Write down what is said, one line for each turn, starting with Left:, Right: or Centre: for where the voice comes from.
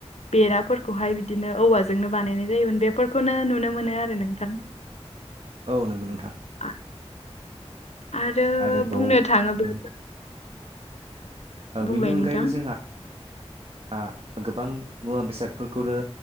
Left: बेराफोरखौहाय बिदिनो औवाजोंनो बानायनाय जायोमोन। बेफोरखौनो नुनो मोनो आरो नोंथां।
Right: औ नंगौ नोंथां।
Left: आ- आरो
Right: आरोबाव
Left: बुंनो थाङोब्ला
Right: ओं ओ
Left: बुंबाय
Right: बेनि अनगायैबो
Left: नोंथां
Right: जोंहा आ गोबां मुवा बेसादफोरखौनो